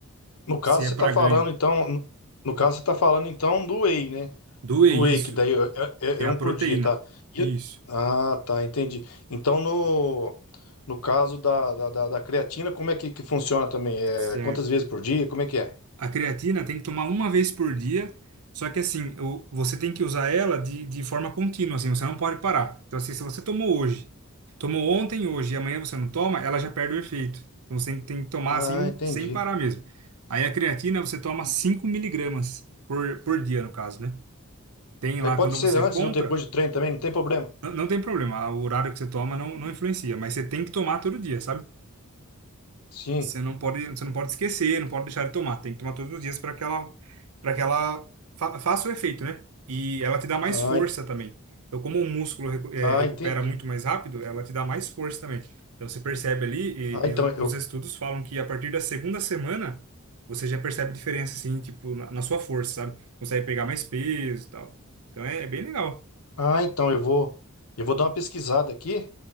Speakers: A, on the left; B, on the right.
A: no caso
B: Se é
A: você
B: para
A: está falando,
B: ganho.
A: então. No, no caso, você está falando então do whey, né?
B: do é
A: Do
B: isso.
A: Wake, daí é,
B: É
A: é- é
B: a
A: um
B: proteína.
A: por dia, tá? E
B: Isso.
A: eu- Ah, tá, entendi. Então, no, no caso da, da, da- da creatina, como é que, que funciona também? É,
B: Certo.
A: quantas vezes por dia? Como é que é?
B: A creatina tem que tomar uma vez por dia, só que assim, o- você tem que usar ela de, de forma contínua, assim, você não pode parar. Então, assim, se você tomou hoje, tomou ontem, hoje e amanhã você não toma, ela já perde o efeito. Então, você tem, tem que tomar
A: Ah,
B: assim,
A: entendi.
B: sem parar mesmo. Aí a creatina você toma 5 miligramas por, por dia, no caso, né? Tem
A: Daí
B: lá quando
A: pode
B: você
A: ser
B: compra,
A: antes ou depois do treino também, não tem problema.
B: não, não tem problema, o horário que você toma não, não influencia, mas você tem que tomar todo dia, sabe?
A: Sim.
B: Você não pode, você não pode esquecer, não pode deixar de tomar. Tem que tomar todos os dias para que ela, para que ela fa- faça o efeito, né? E ela te dá mais
A: Ah,
B: força
A: en-
B: também. Então, como o músculo recu- eh,
A: ah,
B: recupera
A: entendi.
B: muito mais rápido, ela te dá mais força também. Então, você percebe ali,
A: Ah,
B: e,
A: então
B: e os
A: eu,
B: estudos falam que a partir da segunda semana, você já percebe diferença, assim, tipo, na, na sua força, sabe? Consegue pegar mais peso e tal. Então, é, é bem legal.
A: ah, então eu vou, eu vou dar uma pesquisada aqui.